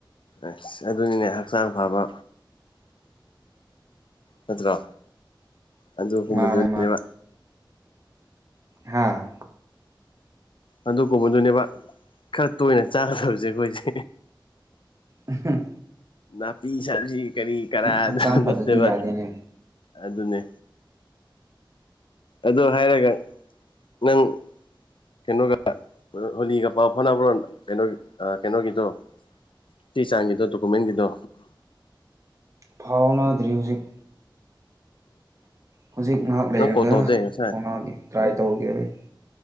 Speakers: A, on the left; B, on the right.
A: ꯑꯁ ꯑꯗꯨꯅꯤꯅꯦ ꯍꯛꯆꯥꯡ ꯐꯕ ꯅꯠꯇ꯭ꯔꯣ ꯑꯗꯨꯒꯨꯝꯕꯗꯨꯅꯦꯕ
B: ꯃꯥꯅꯦ ꯍꯥꯥ
A: ꯑꯗꯨꯒꯨꯝꯕꯗꯨꯅꯦꯕ ꯈꯔ ꯇꯣꯏꯅ ꯆꯥꯒꯗꯕꯖꯦ ꯑꯩꯈꯣꯏꯖꯦ
B: ꯎꯝ ꯍꯥ
A: ꯅꯥꯄꯤ ꯁꯕꯖꯤ ꯀꯔꯤ ꯀꯔꯥ
B: ꯍꯛꯆꯥꯡ
A: ꯗꯨ
B: ꯐꯗꯗꯤ
A: ꯅꯠꯇꯕ
B: ꯌꯥꯗꯦꯅꯦ
A: ꯑꯗꯨꯅꯦ ꯑꯗꯨ ꯍꯥꯏꯔꯒ ꯅꯪ ꯀꯩꯅꯣꯒ ꯍꯣꯂꯤꯒ ꯄꯥꯎ ꯐꯥꯎꯅꯕꯔꯣ ꯀꯩꯅꯣ ꯑ ꯀꯩꯅꯣꯒꯤꯗꯣ ꯆꯦ ꯆꯥꯡꯒꯤꯗꯣ ꯗꯣꯀꯨꯃꯦꯟꯒꯤꯗꯣ
B: ꯐꯥꯎꯅꯗ꯭ꯔꯤ ꯍꯧꯖꯤꯛ ꯍꯧꯖꯤꯛ ꯉꯥꯏꯍꯥꯛ ꯂꯩꯔꯒ
A: ꯅꯪ ꯀꯣꯜ ꯇꯧꯗꯦ ꯉꯁꯥꯏ
B: ꯐꯥꯎꯅꯒꯦ ꯇ꯭ꯔꯥꯏ ꯇꯧꯒꯦ‌ ꯑꯩ